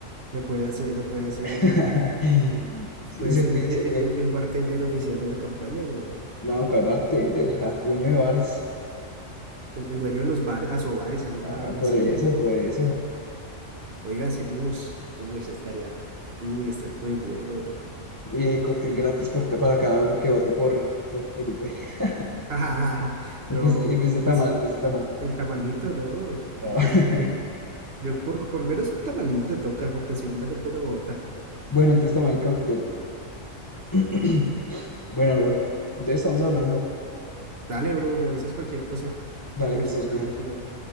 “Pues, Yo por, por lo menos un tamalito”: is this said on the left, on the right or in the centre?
Right